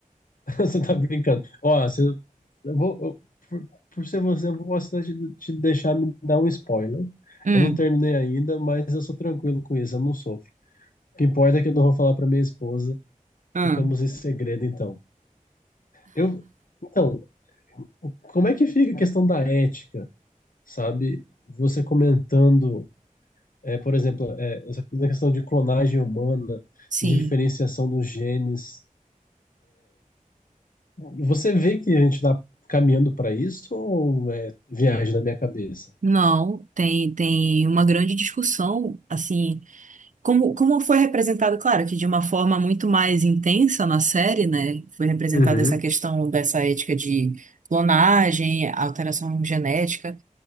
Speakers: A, on the left; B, on the right.
A: <laughs> Você tá brincando. Ó, você, eu vou, eu- por, por ser você, eu vou assinar te, te deixar me dar um spoiler.
B: Hum,
A: Eu não terminei ainda, mas eu sou tranquilo com isso, eu não sofro. O que importa é que eu não vou falar para minha esposa.
B: ah,
A: Ficamos em segredo, então. Eu, então, como é que fica a questão da ética, sabe? Você comentando, é, por exemplo, é, essa coisa da questão de clonagem humana,
B: sim.
A: de diferenciação dos genes. Você vê que a gente está caminhando para isso ou é viagem na minha cabeça?
B: Não, tem tem uma grande discussão, assim, como como foi representado, claro, que de uma forma muito mais intensa na série, né? Foi representada
A: Uhum.
B: essa questão dessa ética de clonagem, alteração genética.